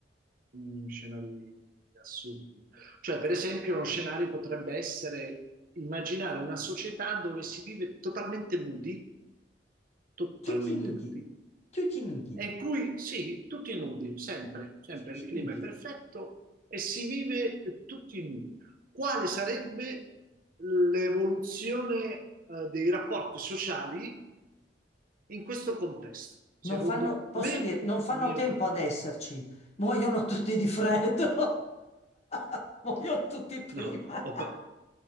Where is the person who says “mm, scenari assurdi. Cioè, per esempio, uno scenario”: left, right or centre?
Right